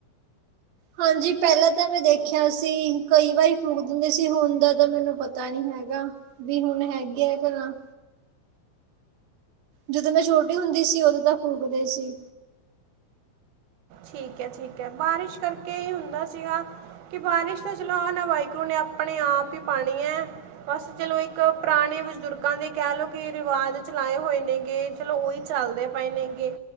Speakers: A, on the right; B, on the right.
A: ਹਾਂਜੀ ਪਹਿਲਾਂ ਤਾਂ ਮੈਂ ਦੇਖਿਆ ਸੀ ਕਈ ਵਾਰੀ ਫੂਕ ਦਿੰਦੇ ਸੀ ਹੁਣ ਦਾ ਤਾਂ ਮੈਨੂੰ ਪਤਾ ਨਹੀਂ ਹੈਗਾ। ਵੀ ਹੁਣ ਹੈਗੀ ਆ ਕ ਨਾ। ਜਦੋਂ ਮੈਂ ਛੋਟੀ ਹੁੰਦੀ ਸੀ ਉਦੋਂ ਤਾਂ ਫੂਕਦੇ ਸੀ।
B: ਠੀਕ ਹੈ-ਠੀਕ ਹੈ ਬਾਰਿਸ਼ ਕਰਕੇ ਹੀ ਹੁੰਦਾ ਸੀਗਾ। ਕਿ ਬਾਰਿਸ਼ ਤਾਂ ਚਲੋ ਆ ਨਾ ਵਾਈਕੁਰੂ ਨੇ ਆਪਣੇ ਆਪ ਹੀ ਪਾਣੀ ਐ। ਬਸ ਚਲੋ ਇੱਕ ਪੁਰਾਣੇ ਬਜ਼ੁਰਗਾਂ ਦੇ ਕਹਿ ਲਓ ਕਿ ਰਿਵਾਜ਼ ਚਲਾਏ ਹੋਏ ਨੇਗੇੇ। ਚਲੋ ਉਹੀ ਚੱਲਦੇ ਪਏ ਨੇਗੇ